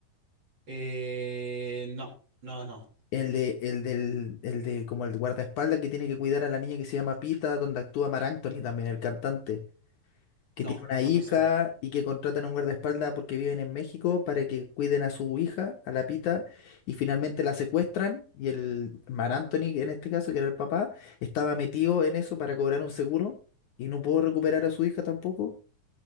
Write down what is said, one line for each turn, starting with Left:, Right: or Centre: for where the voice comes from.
Right: Eh, no, no, no,
Left: El de, el del, el de como el guardaespaldas que tiene que cuidar a la niña que se llama Pita, donde actúa Marc Anthony también, el cantante. que
Right: no,
Left: tiene una
Right: no,
Left: hija
Right: no sé cuál.
Left: y que contratan a un guardaespaldas porque viven en México para que cuiden a su hija, a la Pita, y finalmente la secuestran y el Mar Anthony, en este caso, que era el papá, estaba metido en eso para cobrar un seguro y no pudo recuperar a su hija tampoco.